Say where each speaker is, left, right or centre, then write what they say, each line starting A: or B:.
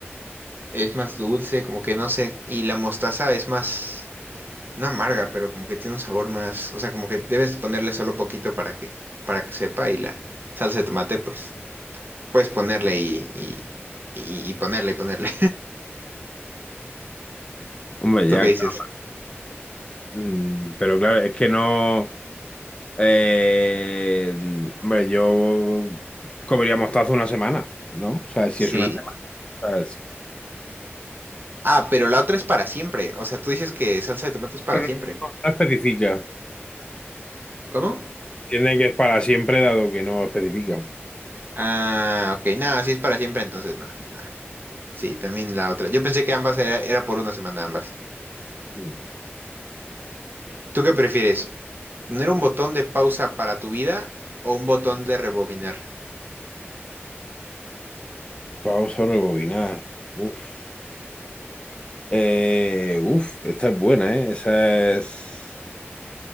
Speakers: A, on the right; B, on the left.
A: es más dulce, como que no sé, y la mostaza es más, no amarga, pero como que tiene un sabor más, o sea, como que debes ponerle solo poquito para que, para que sepa, y la salsa de tomate, pues, puedes ponerle y, y, y, y ponerle y ponerle.
B: Hombre,
A: <laughs> ¿Tú
B: ya,
A: qué dices?
B: claro. Mm, pero claro, es que no... eh, hombre, yo comería mostaza una semana, ¿no? O sea, si es
A: Sí.
B: una semana... es-
A: Ah, pero la otra es para siempre, o sea, tú dices que salsa de tomate es para
B: Pero
A: siempre.
B: no, no especifica.
A: ¿Cómo?
B: Tiene que es para siempre, dado que no especifica.
A: Ah, ok, nada, si es para siempre, entonces no, nada. Sí, también la otra. Yo pensé que ambas era, era por una semana ambas.
B: Mm.
A: ¿Tú qué prefieres? ¿Tener un botón de pausa para tu vida o un botón de rebobinar?
B: Pausa, rebobinar. Uf. Eh, uf, esta es buena, ¿eh? Esa es.